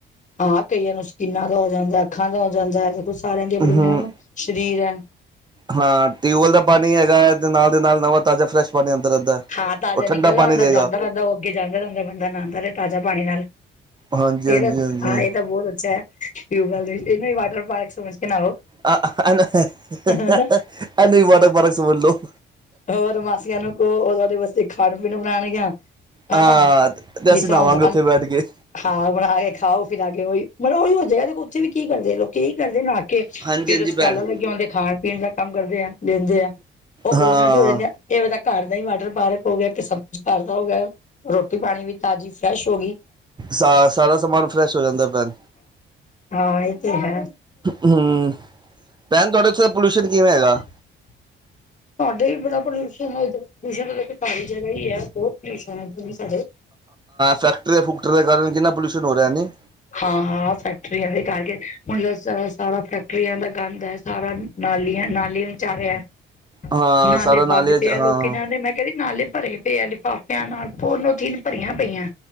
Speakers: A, on the left (about 40°); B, on the right (about 20°).
A: ਹਾਂ ਕਈਆਂ ਨੂੰ ਸਕੀਨਾ ਦਾ ਹੋ ਜਾਂਦਾ ਅੱਖਾਂ ਦਾ ਹੋ ਜਾਂਦਾ ਹੈ। ਦੇਖੋ ਸਾਰਿਆਂ ਦੀ ਆਪਣੇ
B: ਹਮ
A: ਸਰੀਰ ਹੈ।
B: ਹਾਂ ਟਿਊਬਵੈਲ ਦਾ ਪਾਣੀ ਹੈਗਾ ਹੈ ਨਾਲ ਦੇ ਨਾਲ ਨਵਾਂ ਤਾਜ਼ਾ ਫਰੈਸ਼ ਪਾਣੀ ਆਦਾ ਰਹਿੰਦਾ।
A: ਹਾਂ ਤਾਜ਼ਾ
B: ਉਹ ਠੰਡਾ
A: ਨਿਕਲਦਾ
B: ਪਾਣੀ
A: ਹੁੰਦਾ
B: ਦੇਗਾ
A: ਜਾਂਦਾ, ਰਹਿੰਦਾ ਉਹ ਅੱਗੇ ਜਾਂਦਾ ਰਹਿੰਦਾ ਬੰਦਾ ਨਾਦਾ ਰਿਹਾ ਤਾਜ਼ਾ ਪਾਣੀ ਨਾਲ।
B: ਹਾਂਜੀ
A: ਇਹ
B: ਹਾਂਜੀ
A: ਤਾਂ
B: ਹਾਂਜੀ
A: ਹਾਂ
B: ਹਾਂਜੀ
A: ਇਹ ਤਾਂ ਬਹੁਤ ਅੱਛਾ ਹੈ, ਟਿਊਬਵੈਲ ਇਹਨੂੰ ਵੀ ਵਾਟਰ ਪਾਰਕ ਸਮਝ ਕੇ ਨਾਓ।
B: ਆ ਬ ਇਹਨੂੰ
A: ਹਨਾ
B: ਹੀ ਵਾਟਰ ਪਾਰਕ ਸਮਝ ਲਓ।
A: ਹੋਰ ਮਾਸੀਆਂ ਨੂੰ ਕਹੋ ਉਹਦੇ ਵਾਸਤੇ ਖਾਣ ਪੀਣ ਬਣਾਉਣਗੀਆਂ।
B: ਹਾਂ
A: ਹਨਾ
B: ਤੇ ਅਸੀਂ
A: ਜਿਸ ਤਰ੍ਹਾਂ
B: ਨਾਵਾਂਗੇ ਉੱਥੇ
A: ਹੁਣ
B: ਬੈਠ ਕੇ।
A: ਹਾਂ ਬਣਾ ਕੇ ਖਾਓ ਫਿਰ ਆ ਕੇ ਓਹੀ ਮਤਲਬ ਓਹੀ। ਜਗ੍ਹਾ ਦੇਖੋ, ਉੱਥੇ ਵੀ ਕੀ ਕਰਦੇ ਲੋਕ ਇਹੀ ਕਰਦੇ ਨਹਾ ਕੇ ਫ਼ੇਰ
B: ਹਾਂਜੀ ਹਾਂਜੀ
A: ਸਟਾਲਾ
B: ਭੈਣ
A: ਲੱਗੇ ਆਦੇ ਖਾਣ ਪੀਣ ਦਾ। ਕੰਮ ਕਰਦੇ ਆ ਲੈਂਦੇ ਆ, ਉਹ ਉਹਨਾਂ
B: ਹਾਂ
A: ਦੀ ਹੋ ਜਾਂਦੇ ਆ, ਇਹ ਤਾਂ ਘਰ ਦਾ ਹੀ ਵਾਟਰ ਪਾਰਕ ਹੋ ਗਿਆ, ਕਿ ਸਭ ਕੁਝ ਘਰ ਦਾ ਹੋ ਗਿਆ। ਰੋਟੀ ਪਾਣੀ ਵੀ ਤਾਜ਼ੀ ਫਰੈਸ਼ ਹੋ ਗਈ।
B: ਸਾ ਸਾਰਾ ਸਮਾਨ ਫਰੈਸ਼ ਹੋ ਜਾਂਦਾ ਭੈਣ
A: ਹਾਂ ਇਹ ਤੇ ਹੈ।
B: ਹੂੰ ਭੈਣ ਤੁਹਾਡੇ ਉੱਥੇ ਪੋਲਿਊਸ਼ਨ ਕਿਵੇਂ ਹੈਗਾ।
A: <inaudible> ਸਾਡੇ ਵੀ ਬੜਾ ਪੋਲਿਊਸ਼ਨ ਹੈ, ਇਧਰ ਪੋਲਿਉਸ਼ਨ ਸਾਰੀ ਜਗ੍ਹਾ ਹੀ ਹੈ, ਬਹੁਤ ਪੋਲਿਉਸ਼ਨ ਐ ਵੀ ਸਾਡੇ।
B: ਫੈਕਟਰੀਆਂ ਫੂਕਟਰੀਆਂ ਦੇ ਕਾਰਨ ਕਿੰਨਾ ਪੋਲਿਊਸ਼ਨ ਹੋ ਰਿਹਾ ਨੀ।
A: ਹਾਂ, ਹਾਂ, ਫੈਕਟਰੀਆਂ ਦੇ ਕਰਕੇ ਹੁਣ ਜੇ ਸਾਰਾ ਫੈਕਟਰੀਆਂ ਦਾ ਗੰਦ ਹੈ। ਸਾਰਾ ਨਾਲੀਆਂ ਨਾਲੀ ਵਿਚ ਜਾ ਰਿਹਾ।
B: ਹਾਂ
A: ਨਾਲੇ
B: ਸਾਰਾ
A: ਬੰਦ ਪਿਆ, ਲੋਕੀ
B: ਹਾਂ
A: ਕਹਿੰਦੇ ਮੈਂ ਕਹਿ ਰਹੀ ਨਾਲੇ ਭਰੇ ਪਏ ਆ ਲਿਫਾਫਿਆਂ, ਨਾਲ ਫੋਨੋਥੀਨ ਭਰੀਆਂ ਪਈਆਂ